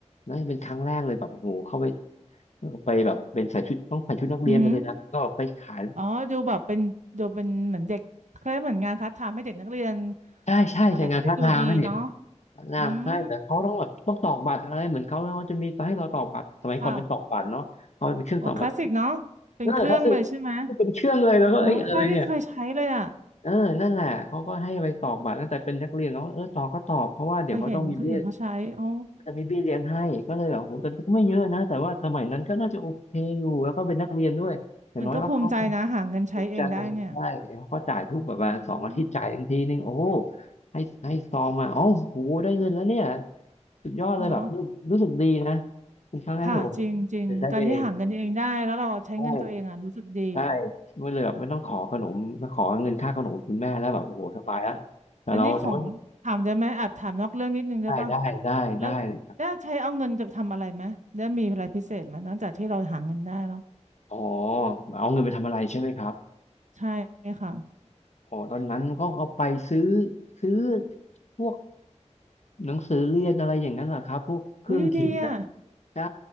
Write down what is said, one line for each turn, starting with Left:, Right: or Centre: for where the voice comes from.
Left: นั่นเป็นครั้งแรกเลยแบบโอ้โหเข้าไปไปแบบเป็นใส่ชุดต้องใส่ชุดนักเรียนไปเลยนะก็ไปขาย
Right: อือหืออ๋อดูแบบเป็นดูเป็นเหมือนเด็กเคล้ายเหมือนงานพาร์ทไทม์ให้เด็กนักเรียน
Left: ใช่ใช่ใส่งานท่าทางนะเนี่ย
Right: อะไรได้ดูดีเนาะ
Left: นะใช่แต่เขาต้องแบบต้องตอกบัตรอะไรเหมือนเขาแล้วเขาจะมีให้เราตอกบัตรสมัยก่อนเป็นตอกบัตรเนาะเขาเป็นเครื่องตอกบัตร
Right: อืมค่ะโอ้คลาสสิกเนาะเป็นเครื่องเลยใช่ไหม
Left: เออคลาสสิกเป็นเครื่องเลยแล้วก็เอ้ยอะไรเนี่ย
Right: โอ้ป้าไม่เคยใช้เลยอ่ะ
Left: เออนั่นแหละเขาก็ให้ไปตอกบัตรตั้งแต่เป็นนักเรียนแล้วเออตอกก็ตอกเพราะว่าเดี๋ยวเขาต้องมีเบี้ย
Right: เคยเห็นคนอื่นเขาใช้โอ้
Left: จะมีเบี้ยเลี้ยงให้ก็เลยแบบโอ้โหแต่ก็ไม่เยอะนะแต่ว่าสมัยนั้นก็น่าจะโอเคอยู่แล้วก็เป็นนักเรียนด้วยอย่างน้อยก็
Right: มันก็ภูมิใจนะหาเงินใช้เองได้เนี่ย
Left: ถูกใจใช่แล้วก็จ่ายทุกแบบว่าสองอาทิตย์จ่ายทังทีนึงโอ้โห
Right: อืม
Left: ให้ให้ซองมาโอ๋อโหได้เงินแล้วเนี่ยสุดยอดเลยแบบรู้รู้สึกดีนะ
Right: เนาะ
Left: เป็นครั้งแรกที่แบบโอ้โห
Right: ค่ะจริงจริงการที่หาเงินเองได้แล้วเราใช้เงินตัวเองอ่ะรู้สึกดี
Left: ได้เองใช่ใช่ไม่เลยแบบไม่ต้องขอขนมมาขอเงินค่าขนมคุณแม่แล้วแบบโอ้โหสบายแล้วแต่เราทำ
Right: แล้วนี่ของถามได้ไหมแอบถามนอกเรื่องนิดนึงได้ป่ะ
Left: ได้ได้ได้ได้เลยครับ
Right: แล้วได้ใช้เอาเงินจะทำอะไรไหมได้มีอะไรพิเศษไหมนอกจากที่เราหาเงินได้แล้ว
Left: อ๋อเอาเงินไปทำอะไรใช่ไหมครับ
Right: ใช่ค่ะ
Left: อ๋อตอนนั้นก็เอาไปซื้อซื้อพวก หนังสือเรียนอะไรอย่างนั้นเหรอครับพวกเครื่องเขียนน่ะ
Right: อุ๊ยดูดีอ่ะ
Left: ใช่